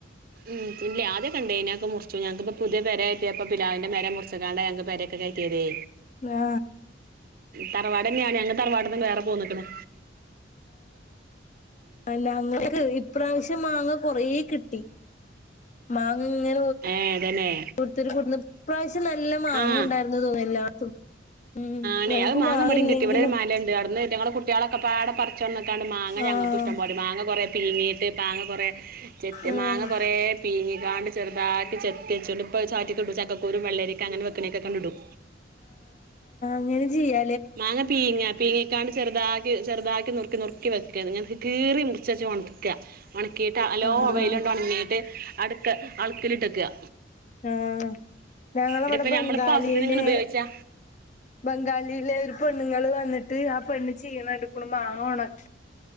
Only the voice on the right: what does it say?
ഉം ഇല്ലേ ആദ്യൊക്കെണ്ടെന്നെ. മുറിച്ചു ഞങ്ങക്ക്‌പ്പോ പുത്യേ പേര കേറ്റിയപ്പോ പിലാവിന്റെ മരം മുർച്ച്ക്കാണ്ടാ ഞങ്ങക്ക് പേരെക്കെ കേറ്റിയതെ
തറവാടെന്നെയാണ് ഞങ്ങള് തറവാട്ന്ന് വേറെ പോന്ന്ക്ക്‌ണ്
ഏഹ് അതന്നെ
ആഹ്
ണ്ടേ
അത് മാങ്ങ ഇവടിം
കിട്ടി ഇവടൊര് മലണ്ട് അവട്ന്ന് ഇറ്റങ്ങൾ കുട്ട്യാളൊക്കെപാടെ പറച്ച് കൊണ്ടന്ന്ക്കാണ്ട് മാങ്ങ ഞങ്ങക്ക്
ഇഷ്ടംപോലെ മാങ്ങ കൊറേ പീങ്ങി മാങ്ങ കുറെ ചെത്ത്
മാങ്ങ കുറെ പീങ്ങിക്കാണ്ട് ചെറ്താക്കി ചെ ത്ത്യച്ചൊണ്ട് ഇപ്പത് ചാറ്റ്ക്ക്‌ടും ചക്കക്കുരും വെള്ളരിക്ക അങ്ങനെ വെക്ക്‌ണേക്കൊക്കേങ്ങ്ടും
മാങ്ങ പീങ്ങാ പീങ്ങിക്കാണ്ട് ചെറ്താക്കി ചെറ്താക്കി നുറ്ക്കി നുറ് ക്കി വെക്ക ഇങ്ങനെ കീറി മുറ്ച്ചേച്ച് ഒണക്ക ഒണക്കീട്ട് നല്ലോ
വെയിലൊണ്ട് ഒണങ്ങീട്ട് അൾക്ക്‌ല്ട്ട്ക്കാ
ഇടെപ്പ
ഞമ്മള് ഇപ്പൊവ്സ്യത്തിന് ഇങ്ങനെ ഉപയോയിച്ചാ